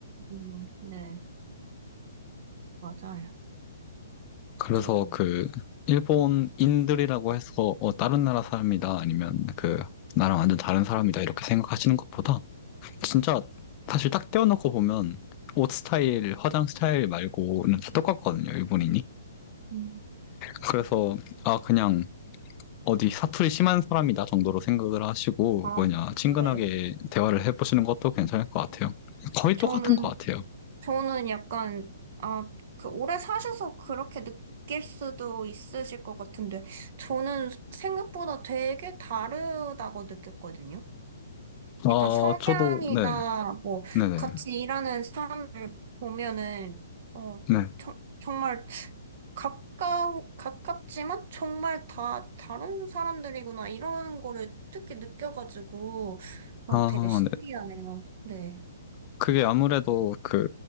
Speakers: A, on the right; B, on the left.
A: 음, 네, 맞아요.
B: 그래서
A: 저도.
B: 그, 일본인들이라고 해서, 어, 다른 나라 사람이다, 아니면 그, 나랑 완전 다른 사람이다, 이렇게 생각하시는 것보다, 진짜, 사실 딱 떼어놓고 보면, 옷 스타일, 화장 스타일 말고는 다 똑같거든요, 일본인이.
A: 음.
B: 그래서, 아, 그냥, 어디 사투리 심한 사람이다 정도로 생각을 하시고
A: 아,
B: 뭐냐 친근하게
A: 그래요?
B: 대화를 해보시는 것도 괜찮을 것 같아요. 거의
A: 저는,
B: 똑같은 것 같아요.
A: 저는 약간, 아, 그 오래 사셔서 그렇게 느낄 수도 있으실 것 같은데, 저는 생각보다 되게 다르다고 느꼈거든요.
B: 아
A: 약간 성향이나
B: 저도 네,
A: 뭐
B: 네네,
A: 같이 일하는 사람을 보면은 어
B: 네.
A: 정, 정말 가까우 가깝지만 정말 다 다른 사람들이구나 이런 거를 특히 느껴가지고 어
B: 아,
A: 되게 신기하네요.
B: 네.
A: 네.
B: 그게 아무래도 그,